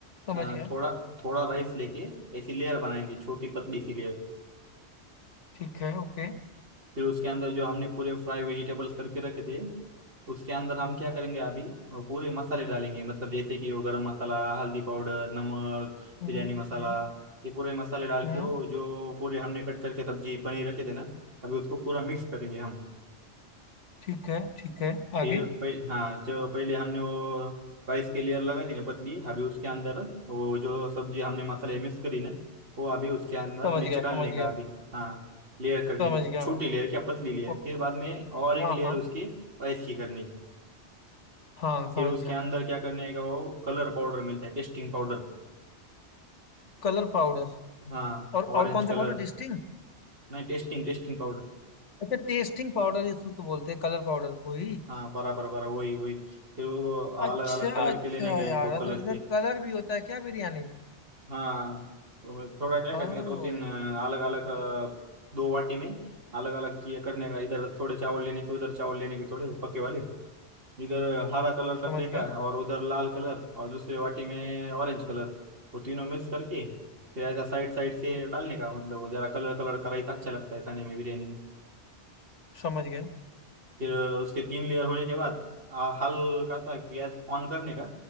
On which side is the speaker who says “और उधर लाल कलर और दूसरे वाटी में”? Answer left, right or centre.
Right